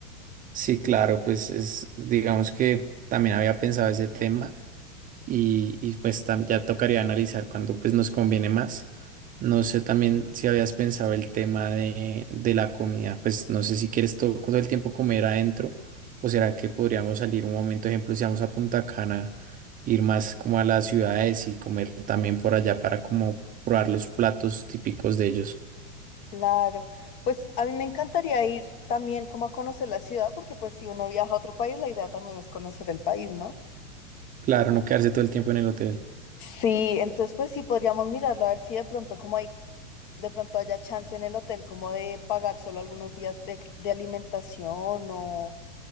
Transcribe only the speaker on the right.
Sí, claro, pues es, digamos que también había pensado ese tema. y, y, pues tam- ya tocaría analizar cuándo pues nos conviene más. No sé también si habías pensado el tema de, de la comida, pues no sé si quieres todo, todo el tiempo comer adentro o será que podríamos salir un momento, ejemplo, si vamos a Punta Cana, ir más como a las ciudades y comer también por allá para como probar los platos típicos de ellos.
Claro, no quedarse todo el tiempo en el hotel.